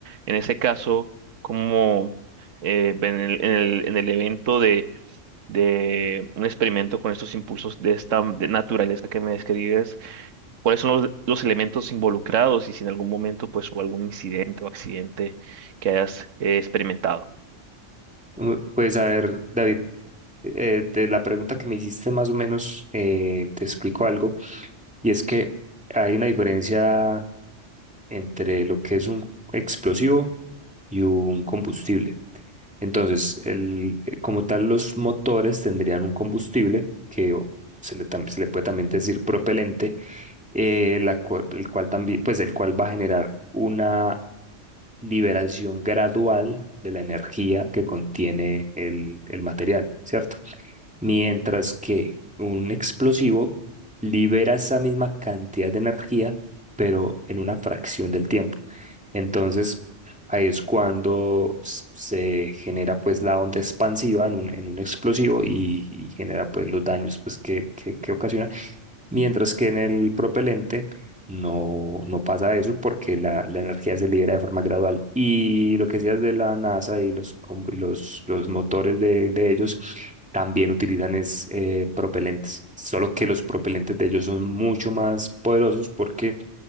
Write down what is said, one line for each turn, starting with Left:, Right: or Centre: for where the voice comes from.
Right: En ese caso, como eh, en el, en el en el evento de de un experimento con estos impulsos de esta de naturaleza que me describes, cuáles son los, los elementos involucrados y si en algún momento pues hubo algún incidente o accidente que hayas eh, experimentado.
Centre: Mm, Pues a ver, David, eh, de la pregunta que me hiciste más o menos, eh, te explico algo, y es que hay una diferencia entre lo que es un explosivo y un combustible. Entonces, el, eh, como tal, los motores tendrían un combustible que o, se le, tam- se le puede también decir propelente eh, la cual- el cual también, pues el cual va a generar una liberación gradual de la energía que contiene el, el material, ¿cierto? Mientras que un explosivo libera esa misma cantidad de energía, pero en una fracción del tiempo. Entonces, ahí es cuando s- se genera pues la onda expansiva en un, en un explosivo y, y genera pues los daños pues que, que que ocasiona Mientras que en el propelente no, no pasa eso porque la, la energía se libera de forma gradual. Y lo que decías de la NASA y los, com- y los, los motores de, de ellos también utilizan es, eh, propelentes, solo que los propelentes de ellos son mucho más poderosos porque